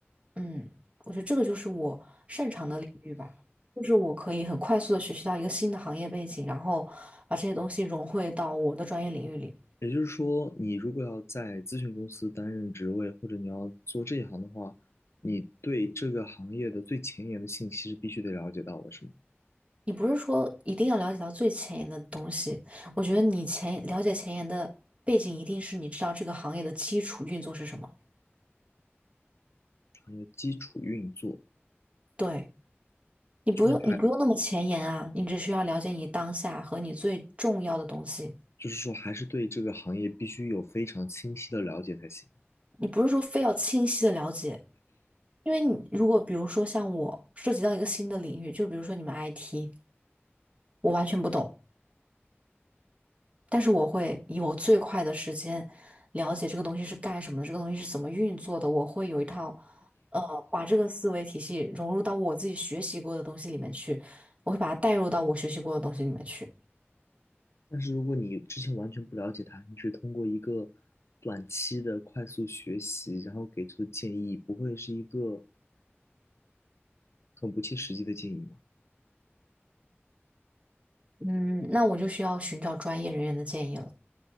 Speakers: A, on the right; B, on the left.
A: 嗯，我觉得这个就是我擅长的领域吧，就是我可以很快速的学习到一个新的行业背景，然后把这些东西融汇到我的专业领域里。
B: 也就是说，你如果要在咨询公司担任职位，或者你要做这一行的话，你对这个行业的最前沿的信息是必须得了解到的，是吗？
A: 你不是说一定要了解到最前沿的东西，我觉得你前了解前沿的背景，一定是你知道这个行业的基础运作是什么。
B: 行业基础运作，
A: 对，你不用你不用那么前沿啊，
B: 还
A: 你只需要了解你当下和你最重要的东西。
B: 就是说还是对这个行业必须有非常清晰的了解才行。
A: 你不是说非要清晰的了解，因为你如果比如说像我涉及到一个新的领域，就比如说你们 IT，我完全不懂，但是我会以我最快的时间了解这个东西是干什么的，这个东西是怎么运作的，我会有一套，呃，把这个思维体系融入到我自己学习过的东西里面去，我会把它带入到我学习过的东西里面去。
B: 但是如果你之前完全不了解它，你只通过一个短期的快速学习，然后给出的建议，不会是一个很不切实际的建议吗？
A: 嗯，那我就需要寻找专业人员的建议了，